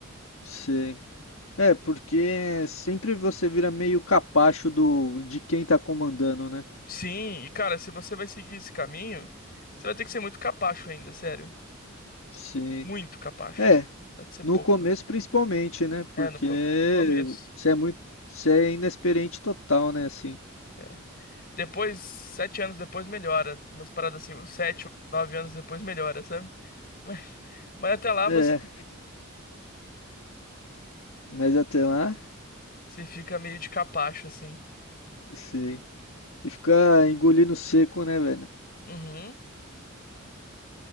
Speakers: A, on the left; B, on the left.
A: Sei. É, porque sempre você vira meio capacho do de quem tá comandando, né?
B: Sim, e cara, se você vai seguir esse caminho, você vai ter que ser muito capacho ainda, sério.
A: Sim.
B: Muito capacho.
A: É,
B: Vai ser
A: no
B: pouco,
A: começo
B: não.
A: principalmente, né?
B: É,
A: Porque
B: no, co- no começo.
A: você é muito, você é inexperiente total, né, assim.
B: é. Depois, sete anos depois melhora. Umas paradas assim, sete, oito, nove anos depois melhora, sabe? <laughs> Mas, mas até lá
A: É,
B: você,
A: mas até lá,
B: você fica meio de capacho, assim.
A: sim. E ficar engolindo seco, né, velho?
B: Uhum.